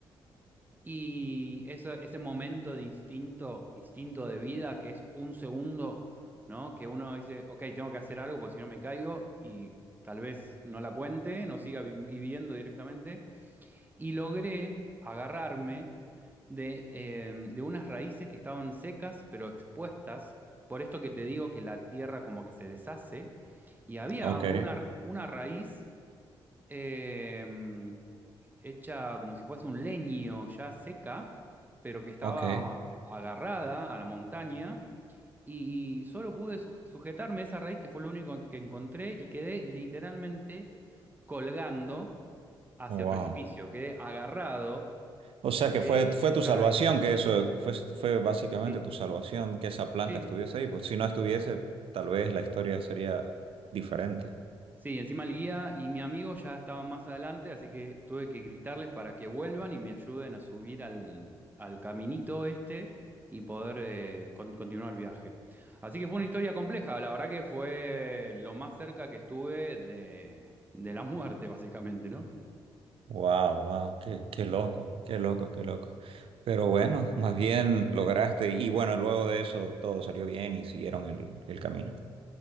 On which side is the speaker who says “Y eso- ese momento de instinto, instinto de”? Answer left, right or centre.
Right